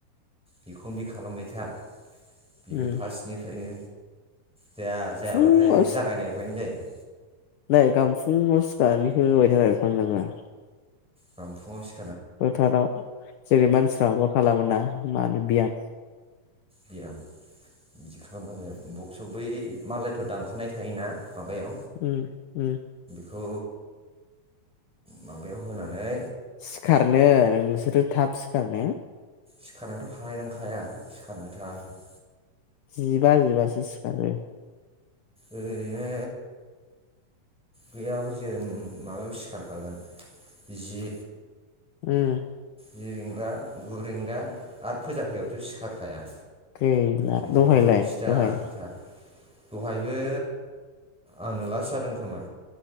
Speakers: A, in the centre; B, on the left.
A: बेखौनो बे खालामबाय था बिबो
B: उम
A: फार्स्टनिफ्रायनो जाया जायाबाथाय
B: फुङाव
A: जागायनायनिफ्रायनो जायो
B: नै गामफुाव सिखारनानै <unintelligible>
A: गाबोन फुंआव <unintelligible>
B: फोथाराव <unintelligible> जेरै मानसिफ्राबो खालामोना मा होनो बियाम
A: बेयाम बिदि खालामनांगोन औ। बै मालायफोर दामखानाय थायोना माबायाव
B: उम उम
A: खौ माबायाव होनानै
B: सिखारनो नोंसोरो थाब सिखारनो
A: सिखारनानैथ' हानायनांखाया सिखारनानै थ'
B: जिबा जिबासो सिखारो
A: ओरैनो गैयाबाबो जों माबायाव सिखारखागोन जि
B: उम
A: जि रिंगा गुरिंगा आरो फोजा फैबाबोथ' सिखारखाया
B: गैला
A: बेथ'
B: दहायलाय
A: सिदा
B: दहाय
A: खोथा दहायबो आंनो लास जादों खोमा?